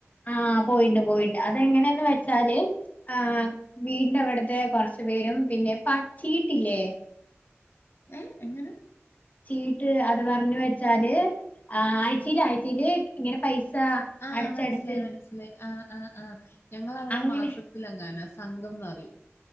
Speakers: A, on the left; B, on the left.
A: ആഹ് പോയിണ്ട് പോയിണ്ട് അതെങ്ങനെയെന്ന് വെച്ചാല് ആഹ്.
B: ഉം.
A: വീടിന്റെ അവിട്ത്തെ കൊർച്ച് പേരും പിന്നെ പച്ചീട്ടില്ലേ.
B: ഏ എങ്ങനെ?
A: ചീട്ട് അത് പറഞ്ഞ് വെച്ചാല് ആയ്ച്ചിൽ ആയ്ച്ചില് ഇങ്ങനെ പൈസ.
B: ആഹ്
A: അടച്ചടച്ച്
B: മനസ്സിലായി മനസ്സിലായി ആ ആ ആഹ് ഞങ്ങളവിടെ
A: അങ്ങനെ
B: മാസ ത്തിലെങ്ങാനാ സംഘംന്ന് പറിയും.